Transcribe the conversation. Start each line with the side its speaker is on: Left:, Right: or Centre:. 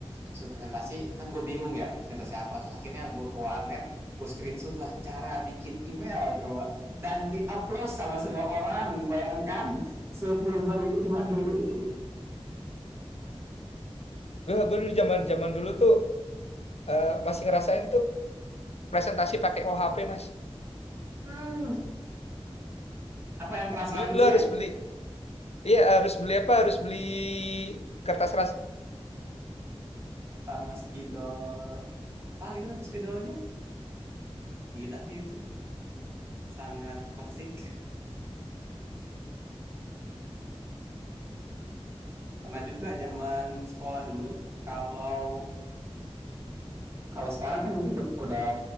Right: Suruh presentasi, kan gue bingung ya, presentasi apa. Terus akhirnya gue ke warnet, gue screenshot lah cara bikin email coba. Dan di-upload sama semua orang. Bayangkan, sepurba itu zaman dulu.
Left: Gue gue dulu zaman-zaman dulu tuh eh, masih ngerasain tuh presentasi pakai OHP, Mas.
Right: Hmm, apa yang transparan
Left: Lu,
Right: itu
Left: lu harus
Right: ya?
Left: beli iya harus beli apa? Harus beli kertas ras
Right: Sama spidol, apa gitu kan spidolnya. Gila sih itu. Sangat klasik. Pernah juga zaman sekolah dulu kalau kalau sekarang kan mungkin udah udah